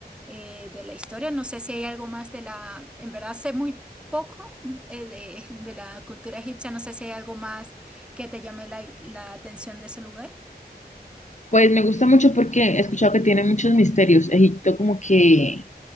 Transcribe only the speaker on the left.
Pues me gusta mucho porque he escuchado que tiene muchos misterios. Egipto como que